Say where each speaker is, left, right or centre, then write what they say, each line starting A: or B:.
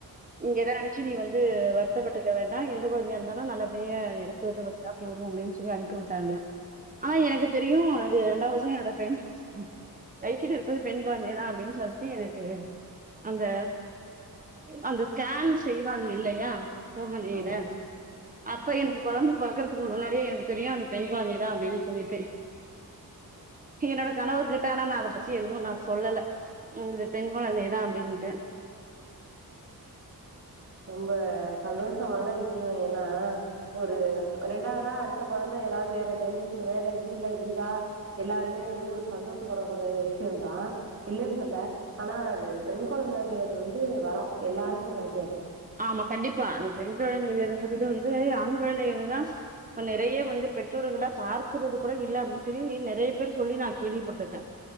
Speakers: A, on the right; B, on the right.
A: ங்க எத நென து வருத்தப்பட்டுக்க வேண்டா எந்த கொழந்தயா இருந்தாலு நல்லபடியா எடுத்துட்டு வந்தா போது அப்டின் சொல்லி அனுப்பி விட்டாங்க ஆனா எனக்குத் தெரியு அது ரெண்டாவது என்னோட பெண் <unintelligible> இருக்கது பெண் கொழந்தை தா அப்டீன் சொல்ட்டு எனக்கு அந்த அந்த ஸ்கேன் செய்வாங் இல்லையா சோம நீத
B: ஆமா
A: அப்ப எனக்கு கொழந்த பொறக்கறதுக்கு முன்னாடியே எனக்கு தெரியு அது பெண் குழந்தை தா அப்டின் சொல்லிட்டு என்னோட கணவர் கிட்ட ஆனா நா அதப் பத்தி எதுவு நா சொல்லல ம் இது பெண் குழந்தை தா அப்டின்ட்டு
B: ரொம்ப சந்தோஷமான விஷ்யோ ஏனா ஒரு ரெண்டாவதா அடுத்த கொழந்த எதாவது வேற ஜென்ரேஷன் வேற ஜீன்ல இருந்தா எல்லாருமே வந்து ஒரு சந்தோஷப்படக்கூடிய விஷ்யந்தா இல்லேன் சொல்ல ஆனா அது பெண் கொழந்தங்கறது வந்து வரோ எல்லாருக்குங் கெடைக்காத்
A: ஆமா கண்டிப்பா அ பெண் கொழந்தைங்கிறது வந்துட்டு வந்து ஆண் கொழந்தைங்கள்தா இப்ப நெறைய வந்து பெற்றோர்களப் பார்க்கறது கூட இல்ல அப்டின் சொல்லி நெறைய பேர் சொல்லி நா கேள்விபட்ருக்கே